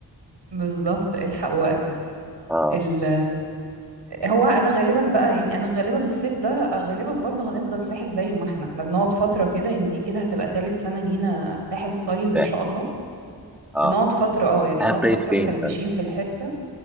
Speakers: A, on the right; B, in the centre.
A: بالظبط الحق وقتك
B: اه
A: ال هو انا غالبا بقى يعني انا غالبا الصيف ده غالبا برضه هنفضل ساحل زي ما احنا احنا بنقعد فتره كده يعني دي كده هتبقى تالت سنه لينا ساحل طيب
B: سهل
A: ان شاء الله
B: اه
A: بنقعد فتره اه يعني
B: هتطيب
A: بنقعد فتره
B: فين
A: مكلبشين
B: طيب
A: في الحته